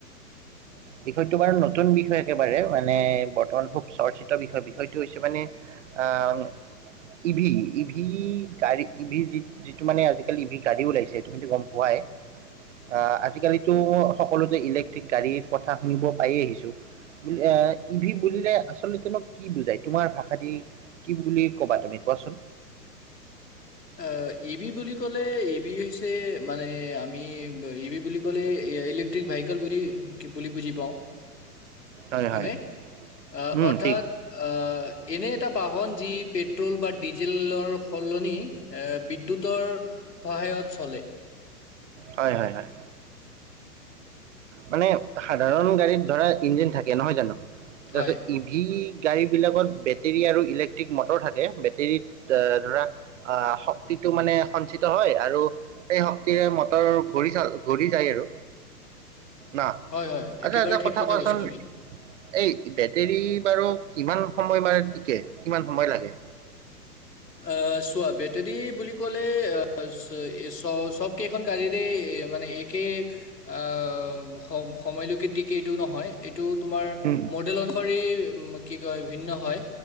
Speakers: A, on the left; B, on the right.
A: অ <inaudible>
B: বিষয়টো বাৰু নতুন বিষয় একেবাৰে মানে বৰ্তমান খুব চৰ্চিত বিষয়টো হৈছে মানে আহ ইভি, ইভি গাড়ী ইভি যি যিটো মানে আজিকালি ইভি গাড়ী ওলাইছে তুমিতো গম পোৱাই। আহ, আজিকালিতো সকলোতে ইলেক্ট্ৰিক গাড়ীৰ কথা শুনিব পাই আহিছো। এ, ইভি বুলিলে আচলতে তোমাক কি বুজাই তোমাৰ ভাষা দি কি বুলি ক'বা, তুমি কোৱাচোন?
A: অ, ইভি বুলি ক'লে ইভি হৈছে মানে আমি ইভি বুলি ক'লে ইলেক ভেহিকেল বুলি-বুলি বুজি পাওঁ।
B: হয়
A: হয়নে
B: হয়
A: অ
B: উম
A: অৰ্থাৎ
B: ঠিক
A: আহ এনে এটা বাহন যি পেট্ৰল বা ডিজেলৰ সলনি এ বিদ্যুতৰ সহায়ত চলে।
B: হয় হয় হয় মানে সাধাৰণ গাড়ীত ধৰা ইঞ্জিন থাকে নহয় জানো তাৰপিছত
A: হয়
B: সি গাড়ী বিলাকত বেটেৰী আৰু ইলেক্ট্ৰিক মটৰ থাকে বেটেৰীত ধৰা আহ শক্তিটো মানে সঞ্চিত হয় আৰু সেই শক্তিৰে মটৰ ঘূৰি ঘূৰি যায় আৰু না
A: হয় হয়
B: আচ্ছা
A: একেবাৰে
B: এটা
A: ঠিক
B: কথা কোৱাচোন।
A: কৈছা তুমি
B: এই বেটেৰী বাৰু কিমান সময় মান টিকে কিমান সময় লাগে।
A: অ চোৱা বেটাৰী বুলি ক'লে অ চ চবকেইখন গাড়ীৰেই মানে একেই আহ সম সময়লৈকে টিকে এইটো নহয়। এইটো তোমাৰ
B: হুম,
A: মডেল অনুসৰি উম কি কয় ভিন্ন হয়।